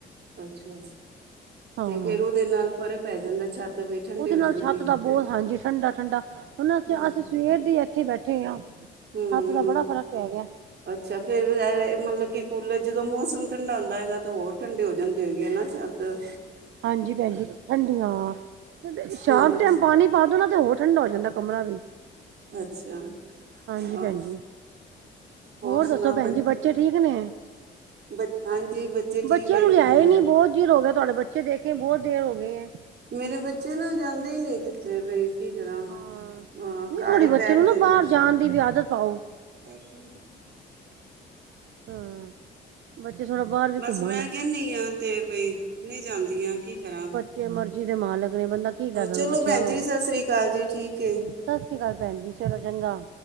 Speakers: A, on the right; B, on the right.
A: ਅੱਛਾ
B: ਹਾਂ
A: ਤੇ ਫੇਰ ਉਹਦੇ ਨਾਲ ਫ਼ਰਕ ਪੈ ਜਾਂਦਾ ਛੱਤ ਵੀ ਠੰਡੀ
B: ਉਹਦੇ
A: ਹੋ
B: ਨਾਲ
A: ਜਾਂਦੀ
B: ਛੱਤ ਦਾ
A: ਹੈ
B: ਬਹੁਤ ਹਾਂਜੀ ਠੰਡਾ ਠੰਡਾ ਹੁਣ ਅਸੀਂ
A: ਹੂੰ
B: ਸਵੇਰ ਦੇ ਇੱਥੇ ਬੈਠੇ ਹਾਂ ਛੱਤ
A: ਹੂੰ
B: ਦਾ ਬੜਾ ਫ਼ਰਕ ਪੈ ਗਿਆ
A: ਅੱਛਾ ਫੇਰ ਵੈ ਮਤਲਬ ਕਿ ਕੂਲਰ ਜਦੋਂ ਮੌਸਮ ਠੰਡਾ ਹੁੰਦਾ ਹੈਗਾ ਤਾਂ ਹੋਰ ਠੰਡੀ ਹੋ ਜਾਂਦੀ ਹੋਏਗੀ ਹੈ ਨਾ ਛੱਤ ਅ
B: ਹਾਂਜੀ ਭੈਣਜੀ ਠੰਡੀਆਂ ਤੇ ਸ਼ਾਮ
A: ਹਾਂ
B: ਟਾਈਮ ਪਾਣੀ ਪਾ ਦੋ ਨਾ ਤੇ ਹੋਰ ਠੰਡਾ ਹੋ ਜਾਂਦਾ ਕਮਰਾ ਵੀ
A: ਅੱਛਾ
B: ਹਾਂਜੀ ਭੈਣ
A: ਆਹ
B: ਜੀ ਹੋਰ
A: ਸੁਣਾ
B: ਦੱਸੋ ਭੈਣ
A: ਬ
B: ਜੀ ਬੱਚੇ ਠੀਕ ਨੇ
A: ਬ ਹਾਂਜੀ ਬੱਚੇ ਠੀਕ
B: ਬੱਚਿਆਂ
A: ਹੈਗੇ
B: ਨੂੰ ਲਿਆਏ
A: ਨੇ
B: ਈ ਨੀ ਬਹੁਤ ਚਿਰ ਹੋ ਗਿਆ ਤੁਹਾਡੇ ਬੱਚੇ ਦੇਖੇ ਬਹੁਤ ਦੇਰ ਹੋ ਗਈ ਏ
A: ਮੇਰੇ ਬੱਚੇ ਨਾ ਜਾਂਦੇ ਹੀ ਨੀ ਕਿੱਥੇ ਵੀ ਕੀ ਕਰਾਂ
B: ਹਾਂ
A: ਹਾਂ
B: ਨਹੀਂ
A: ਘਰ
B: ਥੋੜੀ
A: ਹੀ
B: ਬੱਚੇ
A: ਬੈਠ
B: ਨੂੰ ਨਾ
A: ਕੇ
B: ਬਾਹਰ
A: ਖ਼ੁਸ਼
B: ਜਾਣ
A: ਏ
B: ਦੀ ਵੀ ਆਦਤ ਪਾਓ
A: ਅੱਛਾ
B: ਹਾਂ ਬੱਚੇ ਥੋੜਾ ਬਾਹਰ ਵੀ
A: ਬਸ
B: ਘੁੰਮਣ
A: ਮੈਂ ਕਹਿੰਦੀ ਹਾਂ ਤੇ ਵਈ ਨਹੀਂ ਜਾਂਦੀਆਂ ਕੀ ਕਰਾਂ
B: ਬੱਚੇ ਮਰਜ਼ੀ ਦੇ ਮਾਲਕ ਨੇ ਬੰਦਾ ਕੀ ਕਹਿ ਸਕਦਾ
A: ਚਲੋ
B: ਬੱਚਿਆਂ
A: ਭੈਣ
B: ਨੂੰ
A: ਜੀ ਸਤਿ ਸ੍ਰੀ ਅਕਾਲ ਜੀ ਠੀਕ ਏ
B: ਸਤਿ ਸ੍ਰੀ ਅਕਾਲ ਭੈਣ ਜੀ ਚਲੋ ਚੰਗਾ